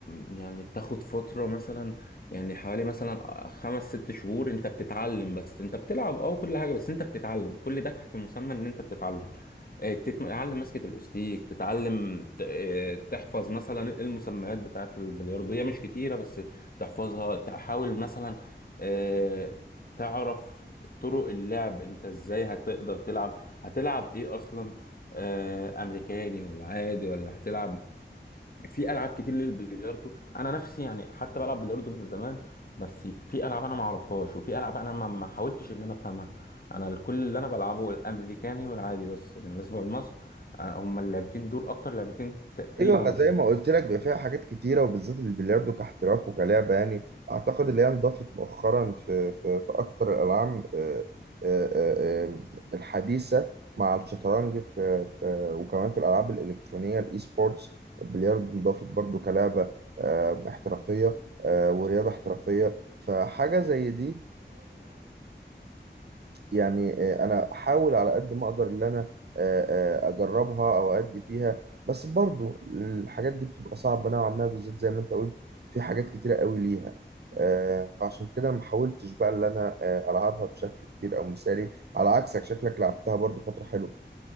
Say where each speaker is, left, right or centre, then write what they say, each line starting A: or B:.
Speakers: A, on the left; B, on the right.
A: يعني تاخد فترة مثلا يعني حوالي مثلا خمس ست شهور انت بتتعلم بس انت بتلعب او كل حاجة بس انت بتتعلم كل ده تحت مسمى ان انت بتتعلم آه، تتعلم مسكة الاوستيك تتعلم ت- آه، تحفظ مثلا المسميات بتاعة البلياردو هي مش كتيرة بس تحفظها تحاول مثلا آه، تعرف طرق اللعب انت ازاي هتقدر تلعب هتلعب ايه اصلا آه، امريكاني ولا عادي ولا هتلعب في العاب كتير للبلياردو انا نفسي يعني حتى بلعب بلياردو من زمان بس في العاب انا ما اعرفهاش وفي العاب انا ما ما حاولتش ان انا افهمها انا كل اللي انا بلعبه الامريكاني والعادي بس بالنسبه لمصر آه، هما اللعبتين دول اكتر لعبتين تقريبا
B: ايوه ما زي ما قلت لك بيبقى فيها حاجات كتيره وبالذات البلياردو كاحتراف وكلعبه يعني اعتقد اللي هي انضافت مؤخرا في في في اكتر الالعاب آه، آه، آه، آه، الحديثه مع الشطرنج في في وكمان في الالعاب الالكترونيه الاي سبورتس البلياردو انضافت برضو كلعبه آه، احترافيه آه، ورياضه احترافيه فحاجه زي دي يعني آه، انا احاول على قد ما اقدر ان انا آه، آه، اجربها او ادي فيها بس برضو الحاجات دي بتبقى صعبة نوعا ما بالذات زي ما انت قلت في حاجات كتيرة قوي ليها آه، فعشان كده أنا ما حاولتش بقى ان انا آه، العبها بشكل كبير او مثالي على عكسك شكلك لعبتها برضو فترة حلوة